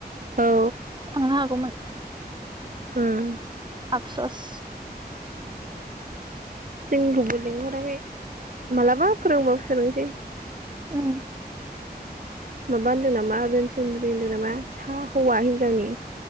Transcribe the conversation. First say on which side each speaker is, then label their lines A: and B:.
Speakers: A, on the right; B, on the right.
A: औ
B: थांनो हागौमोन।
A: ओं।
B: आफसस।
A: जोंनिखौबो लिंहराखै मालाबा फोरोंबाव सोलोंसै।
B: उम।
A: माबा होन्दों नामा रनसोनन्द्रि होनदों नामा सा हौवा हिनजावनि